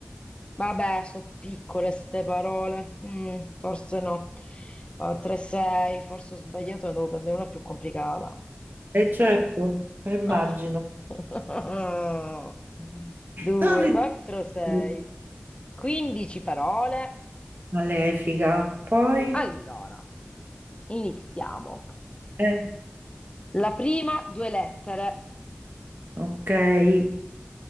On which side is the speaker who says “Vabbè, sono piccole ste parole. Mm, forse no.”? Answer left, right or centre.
Left